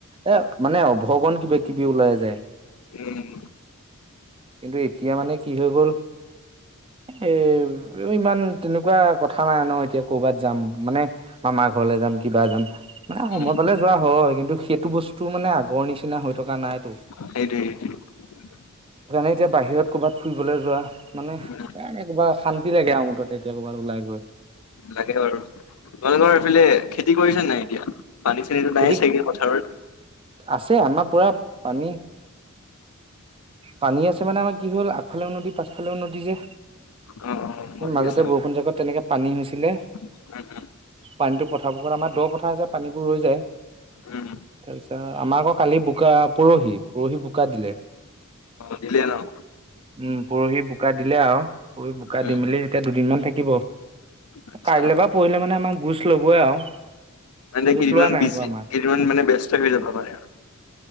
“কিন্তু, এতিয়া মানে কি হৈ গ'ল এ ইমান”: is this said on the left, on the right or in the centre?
Right